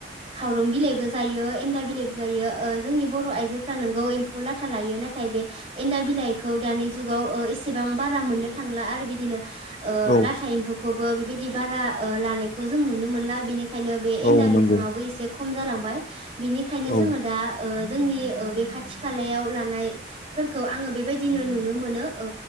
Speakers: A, on the right; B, on the left.
A: खावरं बिलाइबो जायो एन्दा बिलाइबो जायो ओ। जोंनि बर' आइजोफ्रा नोंगौ एम्फौ लाथा लायो नाथाय बे एन्दा बिलाइखौ दानि जुगाव ओ एसेबां आं बारा मोननो थांला आरो बिदिनो ओ
B: औ
A: लाथा एम्फौखौबो बेबायदि बारा ओ लानायखौ जों नुनो मोनला बेनिखायनो ओंखायनो बे एन्दा
B: औ नंगौ
A: बिफाङाबो एसे खम जालांबाय बिनिखायनो
B: औ
A: जोङो दा ओ जोंनि ओ बे खाथि खालायाव लानायफोरखौ आङो बेबायदिनो नुनो मोनो ओ